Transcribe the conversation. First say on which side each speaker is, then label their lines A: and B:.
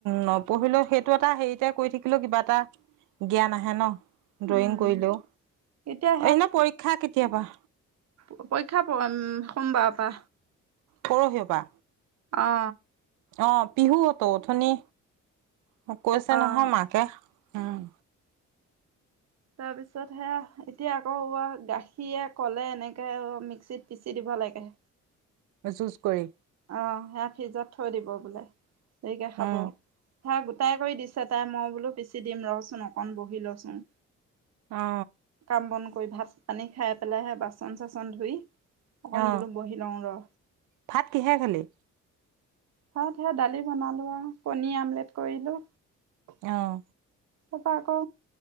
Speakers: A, on the right; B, on the right.
A: নপঢ়িলেও সেইটো এট এটা হেৰিতে কৰি থাকিলেও কিবা এটা জ্ঞান আহে ন। ড্ৰয়িং
B: উম
A: কৰিলেও,
B: এতিয়া
A: এনে পৰীক্ষা কেতিয়াৰ পৰা?
B: প পৰীক্ষা প উম সোমবাৰৰ পৰা।
A: পৰহিৰ পৰা
B: অ।
A: অ পিহুঅটো, অথনি মোক কৈছে
B: অ অ
A: নহয় মাকে, উম।
B: তাৰ পিছত হেয়া, এতিয়া আকৌ এবাৰ গাখীৰে, কলে এনেকে মিক্সিত পিচি দিব লাগে।
A: এ জুচ কৰি।
B: অ, হেয়া ফ্ৰিজত থৈ দিব বোলে। দেৰিকে খাব।
A: উম
B: হেয়া গোটাই কৰি দিছে তাই, মই বোলো পিচি দিম ৰহচোন অকণ বহি লওচোন,
A: অ
B: কাম বন ক কৰি ভাত পানী খাই পেলাই হে বাচন চাচন ধুই অকণ
A: অ,
B: বোলো বহি লওঁ ৰ।
A: ভাত কিহে খালি?
B: ভাত হেয়া ডালি বনালো আৰু, কণী আমলেট কৰিলো।
A: এওঁ।
B: তাৰপৰা আকৌ